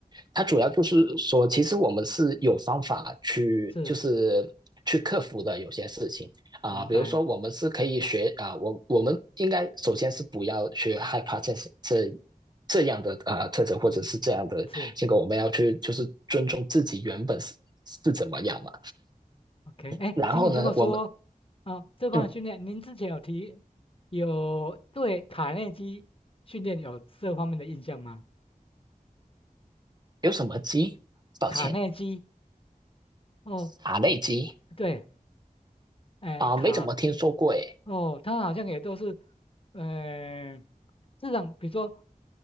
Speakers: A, on the right (about 30°); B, on the left (about 40°).
A: 它主要就是说，其实我们是有方法去，
B: 是
A: 就是去克服的有些事情啊、
B: 明白，
A: 呃比如说我们是可以学啊、呃我我们应该首先是不要去害怕这些这这样的啊特征或者是这样的结果，
B: 嗯是。
A: 我们要去就是尊重自己原本是是怎么样嘛。
B: OK，哎，
A: 然后呢，
B: 听你这么说，
A: 我们
B: 啊、这方面训练，
A: 嗯
B: 您之前有提，有对卡内基训练有这方面的印象吗？
A: 有什么鸡？抱歉，
B: 卡内基，哦，
A: 茶内鸡
B: 对，哎，
A: 啊、呃没怎么听说过诶。
B: 卡哦，他好像也都是，呃，这种比如说